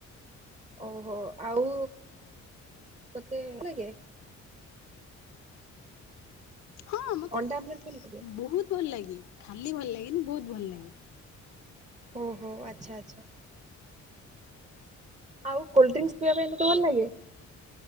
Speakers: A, on the right; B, on the left.
A: ଓହୋ, ଆଉ ତତେ <unintelligible> ଲାଗେ?
B: ହଁ ମତେ
A: ଅଣ୍ଡା ଆମଲେଟ ଭଲ ଲାଗେ
B: ବହୁତ୍ ଭଲ୍ ଲାଗେ, ଖାଲି ଭଲ ଲାଗେନି ବହୁତ୍ ଭଲ୍ ଲାଗେ।
A: ଓହୋ, ଆଚ୍ଛା-ଆଚ୍ଛା। ଆଉ କୋଲଡ୍ରିଙ୍କସ୍ ପିିଇବା ପାଇଁ ମତେ ଭଲ୍ ଲାଗେ।